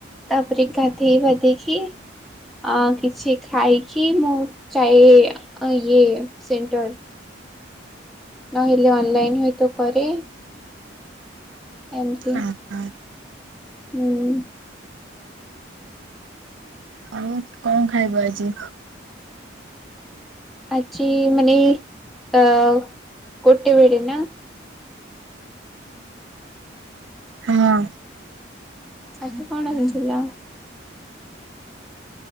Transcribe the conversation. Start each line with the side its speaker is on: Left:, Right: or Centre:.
Centre: ତାପରେ ଗାଧେଇ ବାଧେଇକି ଅ କିଛି ଖାଇକି ମୁଁ ଚାଏ ଇଏ ସେଣ୍ଟର। ନହେଲେ ଅନଲାଇନ ହୁଏତ କରେ। ଏମ୍ତି
Right: ହଁ ହଁ
Centre: ହୁଁ।
Right: ଆଉ କ କଣ ଖାଇବ ଆଜି?
Centre: ଆଜି ମାନେ ଅ ଗୋଟେ ବେଡେ ନା?
Right: ହଁ।
Centre: ଆଜି କଣ ହେଇଥିଲା?